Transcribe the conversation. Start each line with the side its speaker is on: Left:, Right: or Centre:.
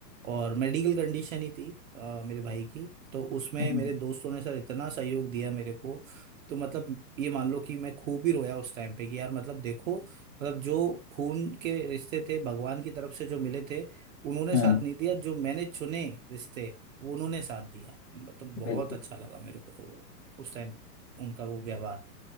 Right: और मेडिकल कंडीशन ही थी अ, मेरे भाई की तो उसमें
Left: हम्म
Right: मेरे दोस्तों ने सर इतना सहयोग दिया मेरे को तो मतलब ये मान लो कि मैं खूब ही रोया उस टाइम पे कि यार मतलब देखो मतलब जो खून के रिश्ते थे भगवान की तरफ से जो मिले थे उन्होंने
Left: हम्म
Right: साथ नहीं दिया जो मैंने चुने रिश्ते वो उन्होंने साथ दिया मतलब बहुत
Left: बिल्कुल
Right: अच्छा लगा मेरे को तो वो उस टाइम उनका वो व्यवहार